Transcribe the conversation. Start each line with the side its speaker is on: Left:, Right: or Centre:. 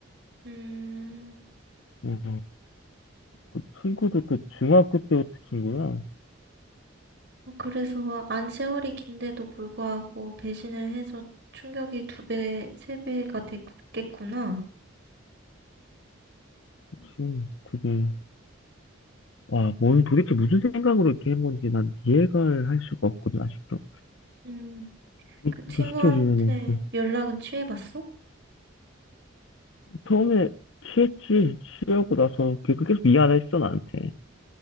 Right: 음.
Left: 음, 그 친구도 또 중학교 때부터 친구야.
Right: 그래서 안 세월이 긴데도 불구하고 배신을 해서 충격이 두 배, 세 배가 됐겠구나.
Left: 그치. 되게 와, 뭘 도대체 무슨 생각으로 이렇게 한 건지 난 이해가 할 수가 없거든, 아직도.
Right: 음,
Left: 이해
Right: 그 친구한테
Left: 좀 시켜주면은. 응.
Right: 연락은 취해봤어?
Left: 처음에 취했지, 취하고 나서 계속 계속 미안했어, 나한테.